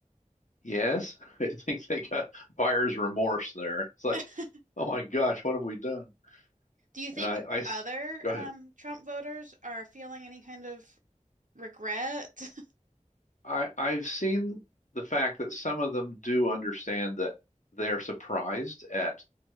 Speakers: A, on the left; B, on the right.
A: Yes, <laughs> I think they got buyer's remorse there. It's like,
B: <laughs>
A: oh my gosh, what have we done?
B: Do you think
A: And I, I s-
B: other
A: go
B: um,
A: ahead.
B: Trump voters are feeling any kind of regret?
A: I, I've seen the fact that some of them do understand that they're surprised at